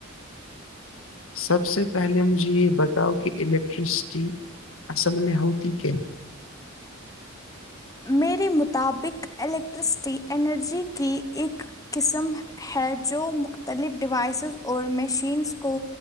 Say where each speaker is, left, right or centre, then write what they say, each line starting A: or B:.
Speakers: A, on the left; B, on the left.
A: سب سے پہلے مجھے یہ بتاؤ کہ الیکٹرسٹی اصل میں ہوتی کہ
B: میرے مطابق الیکٹرسٹی انرجی کی ایک قسم ہے جو مختلف ڈیوائسز اور مشینس کو